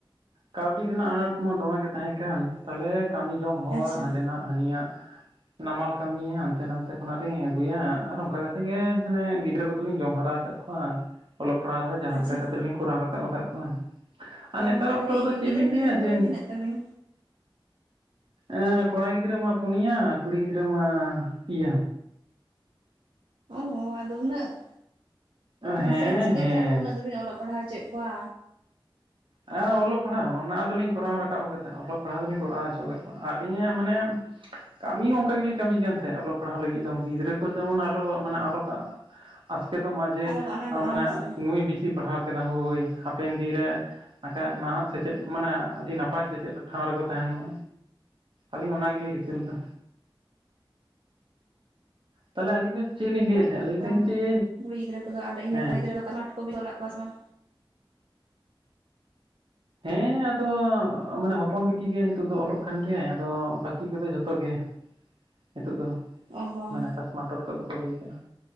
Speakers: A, on the right; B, on the right.
A: ᱠᱟᱹᱣᱰᱤ ᱨᱮᱱᱟᱜ ᱟᱱᱟᱴ ᱢᱟ ᱫᱚᱢᱮᱜᱮ ᱛᱟᱦᱮᱸ ᱠᱟᱱ ᱛᱟᱦᱚᱞᱮ ᱠᱟᱹᱢᱤ ᱡᱚᱝ ᱦᱚᱲ
B: ᱟᱪᱪᱷᱟ
A: ᱦᱟᱸᱰᱮᱱᱟᱜ ᱦᱟᱹᱱᱤᱭᱟᱜ ᱱᱟᱢᱟᱞ ᱠᱟᱹᱢᱤ ᱦᱟᱱᱛᱮ ᱱᱟᱛᱮ ᱠᱷᱚᱱᱟᱜ ᱞᱤᱧ ᱟᱹᱜᱩᱭᱟ ᱟᱨ ᱚᱱᱠᱟ ᱠᱟᱛᱮ ᱜᱮ ᱢᱟᱱᱮ ᱜᱤᱫᱽᱨᱟᱹ ᱠᱚᱫᱚᱞᱤᱧ ᱡᱚᱢ ᱦᱟᱨᱟ ᱟᱠᱟᱫ ᱠᱚᱣᱟ᱾ ᱟᱨ ᱚᱞᱚᱜ ᱯᱟᱲᱦᱟᱜ ᱨᱮᱦᱚᱸ ᱡᱟᱦᱟᱸ
B: ᱟᱪᱪᱷᱟ
A: ᱞᱮᱠᱟ ᱠᱟᱛᱮᱜ ᱞᱤᱧ ᱠᱚᱨᱟᱣ ᱨᱟᱠᱟᱵ ᱟᱠᱟᱫ ᱠᱚᱣᱟ᱾ ᱟᱨ
B: ᱚ
A: ᱱᱮᱛᱟᱨ
B: ᱛᱟᱦᱚᱞᱮ
A: ᱚᱠᱛᱚ ᱨᱮᱫᱚ
B: ᱤᱭᱟᱹ
A: ᱪᱮᱫ
B: ᱜᱤᱫᱽᱨᱟᱹ
A: ᱵᱤᱱ
B: ᱯᱤᱫᱽᱨᱟᱹ
A: ᱞᱟᱹᱭᱟ
B: ᱠᱚᱫᱚ
A: ᱡᱮᱱ
B: ᱛᱤᱱᱟᱹᱜ ᱛᱟᱵᱤᱱ
A: ᱮ ᱠᱚᱲᱟ ᱜᱤᱫᱽᱨᱟᱹ ᱢᱟ ᱯᱩᱱᱭᱟ ᱠᱩᱲᱤ ᱜᱤᱫᱽᱨᱟᱹ ᱢᱟ ᱯᱮᱭᱟ᱾
B: ᱚᱻ ᱟᱫᱚ ᱩᱱᱟᱹᱜ?
A: ᱦᱮᱸ
B: ᱢᱟᱥᱮ ᱪᱤᱠᱟᱹᱛᱮ
A: ᱦᱮᱸ
B: ᱟᱫᱚ ᱩᱱᱟᱹᱜ ᱫᱚᱵᱤᱱ ᱚᱞᱚᱜ ᱯᱟᱲᱦᱟᱣ ᱚᱪᱚᱭᱮᱫ ᱠᱚᱣᱟ?
A: ᱦᱮᱸ ᱚᱞᱚᱜ ᱯᱟᱲᱦᱟᱜ ᱚᱱᱟ ᱫᱚᱞᱤᱧ ᱠᱚᱨᱟᱣ ᱨᱟᱠᱟᱵ ᱠᱟᱫᱟ ᱚᱞᱚᱜ ᱯᱟᱲᱦᱟᱜ ᱫᱚᱞᱤᱧ ᱠᱚᱨᱟᱣ ᱦᱚᱪᱚ ᱟᱠᱟᱫ ᱠᱚᱣᱟ᱾ ᱟᱹᱞᱤᱧᱟᱜ ᱢᱟᱱᱮ ᱠᱟᱹᱢᱤ ᱦᱚᱸ ᱚᱱᱠᱟ ᱜᱮᱞᱤᱧ ᱠᱟᱹᱢᱤ ᱠᱟᱱ ᱛᱟᱦᱮᱸᱫ ᱚᱞᱚᱜ ᱯᱟᱲᱦᱟᱜ ᱞᱟᱹᱜᱤᱫ ᱫᱚ ᱜᱤᱫᱽᱨᱟᱹ ᱠᱚ ᱡᱮᱢᱚᱱ ᱟᱞᱚ ᱢᱟᱱᱮ ᱟᱞᱚᱠᱚ ᱟᱥᱠᱮᱛᱚᱜ ᱢᱟ ᱡᱮ
B: ᱟᱞᱚ ᱠᱚ ᱟᱱᱟᱴᱚᱜ
A: ᱢᱟᱱᱮ
B: ᱢᱟ ᱥᱮ
A: ᱱᱩᱭ ᱵᱤᱥᱤ ᱯᱟᱲᱦᱟᱣ ᱠᱮᱫᱟ ᱦᱳᱭ ᱦᱟᱯᱮᱱ ᱫᱤᱱᱨᱮ ᱵᱟᱠᱷᱟᱡ ᱢᱟᱦᱟᱜ ᱥᱮᱪᱮᱫ ᱢᱟᱱᱮ ᱱᱟᱯᱟᱭ ᱥᱮᱪᱮᱫ ᱴᱷᱟᱶ ᱨᱮᱠᱚ ᱛᱟᱦᱮᱱ ᱢᱟ᱾ ᱟᱹᱞᱤᱧ ᱚᱱᱟ ᱜᱮᱞᱤᱧ ᱨᱤᱠᱟᱹ ᱞᱮᱫᱟ᱾ ᱛᱟᱦᱚᱞᱮ ᱟᱹᱞᱤᱧ ᱫᱚ ᱪᱮᱫ ᱞᱤᱧ ᱞᱟᱹᱭᱮᱫ
B: <inaudible>
A: ᱛᱟᱦᱮᱸᱫ ᱞᱟᱹᱭ ᱫᱟᱹᱧ
B: ᱵᱟᱝᱟ
A: ᱡᱮ
B: ᱠᱩᱲᱤ ᱜᱤᱫᱽᱨᱟᱹ ᱠᱚᱫᱚ ᱟᱨ ᱤᱭᱟᱹ
A: ᱦᱮᱸ
B: ᱠᱚᱱᱟ ᱜᱤᱫᱽᱨᱟᱹ ᱵᱟᱴᱩᱠᱩ ᱛᱚᱞᱟᱫ ᱠᱚᱣᱟ ᱥᱮ ᱵᱟᱝ
A: ᱦᱮᱸ ᱟᱫᱚ ᱢᱟᱱᱮ ᱦᱚᱯᱚᱱ ᱵᱤᱴᱤ ᱜᱮ ᱱᱤᱛᱚᱜ ᱫᱚ ᱚᱞᱚᱜ ᱠᱟᱱ ᱜᱮᱭᱟᱭ ᱟᱫᱚ ᱵᱟᱹᱠᱤ ᱠᱚᱫᱚ ᱡᱷᱚᱛᱚ ᱜᱮ ᱱᱤᱛᱚᱜ ᱫᱚ
B: ᱚ ᱦᱚᱸ
A: ᱢᱟᱱᱮ ᱠᱟᱥᱢᱟᱨ ᱴᱚᱴᱠᱚ ᱫᱚᱠᱚ ᱠᱚ ᱦᱩᱭ ᱠᱟᱱᱟ᱾